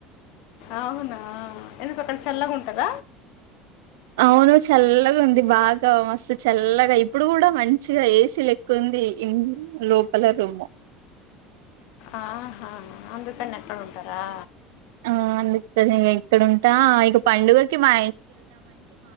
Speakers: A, on the left (about 70°); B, on the right (about 85°).
A: అవునా ఎందుకు అక్కడ చల్లగ ఉంటద
B: అవును చల్లగ ఉంది బాగా మస్తు చల్లగా ఇప్పుడు కూడా మంచిగా ఏసీ లెక్కుంది లోపల రూమ్
A: ఆహా అందుకని ఎక్కడ ఉంటారా
B: ఆ అందుకే ఇగ ఇక్కడుంటా ఇక పండుగకి మా